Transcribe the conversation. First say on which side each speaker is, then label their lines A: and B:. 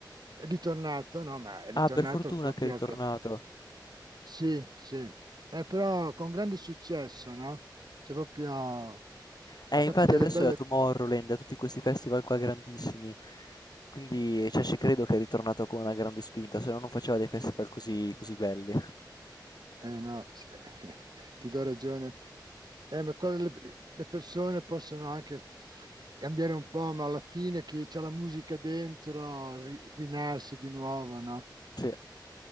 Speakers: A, on the right; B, on the left.
A: è ritornato, no? Ma è
B: Ah,
A: ritornato
B: per fortuna
A: proprio...
B: che è ritornato.
A: co- Sì, sì. Eh, però con grande successo, no? C'è proprio...
B: Eh,
A: Ha
B: infatti
A: fatto delle
B: adesso
A: belle...
B: è a Tomorrowland, a tutti questi festival qua grandissimi. Quindi, cioè, ci credo che è ritornato con una grande spinta, se no non faceva dei festival così, così belli.
A: Eh no, sì, <laughs> ti do ragione. Eh, ma cosa le, le persone possono anche cambiare un po', ma alla fine chi c'ha la musica dentro ri- rinasce di nuovo, no?
B: Sì.